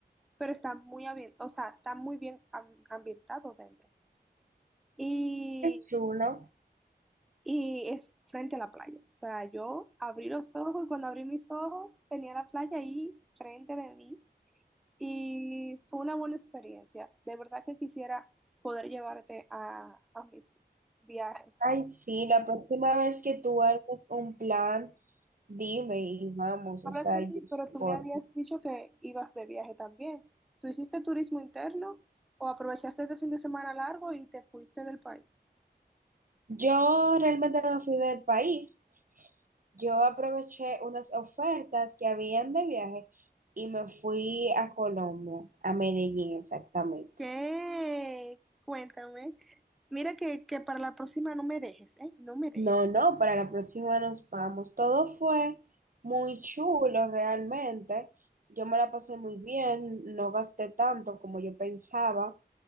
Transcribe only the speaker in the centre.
pero está muy ambien- o sea, está muy bien am- ambientado dentro. Y,
y es frente a la playa. O sea, yo abrí los ojos y cuando abrí mis ojos tenía la playa ahí frente de mí y fue una buena experiencia. De verdad que quisiera poder llevarte a, a mis viajes.
Hablas
de
mí,
pero tú me habías dicho que ibas de viaje también. ¿Tú hiciste turismo interno o aprovechaste este fin de semana largo y te fuiste del país?
¿Qué? Cuéntame. Mira que, que para la próxima no me dejes, ¿eh? No me dejes.